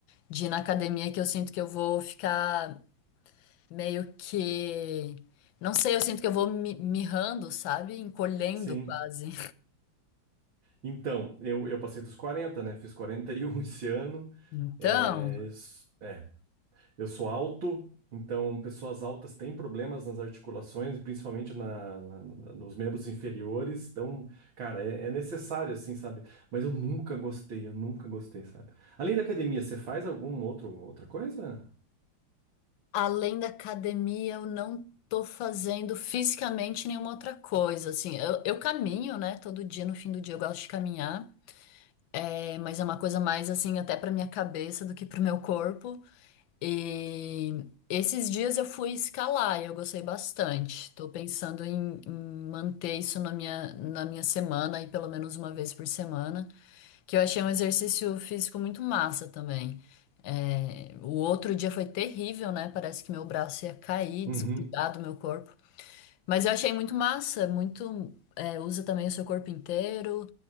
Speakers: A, on the left; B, on the right.
A: de ir na academia que eu sinto que eu vou ficar meio que, não sei, eu sinto que eu vou mi- mirrando, sabe? Encolhendo
B: Sim.
A: quase.
B: Então, eu, eu passei dos 40, né? Fiz 41 <laughs> esse ano.
A: Então,
B: É, eu s- é, eu sou alto, então pessoas altas têm problemas nas articulações e principalmente na- na- na- nos membros inferiores. Então, cara, é, é necessário, assim, sabe? Mas eu nunca gostei, eu nunca gostei, sabe? Além da academia, você faz alguma outro, outra coisa?
A: Além da academia, eu não tô fazendo fisicamente nenhuma outra coisa, assim, eu, eu caminho, né, todo dia, no fim do dia eu gosto de caminhar, é, mas é uma coisa mais, assim, até pra minha cabeça do que pro meu corpo, e esses dias eu fui escalar e eu gostei bastante, tô pensando em, em manter isso na minha, na minha semana, aí pelo menos uma vez por semana, que eu achei um exercício físico muito massa também. É, o outro dia foi terrível, né? Parece que meu braço ia cair,
B: Uhum.
A: desgrudar do meu corpo. Mas eu achei muito massa, muito. é, usa também o seu corpo inteiro.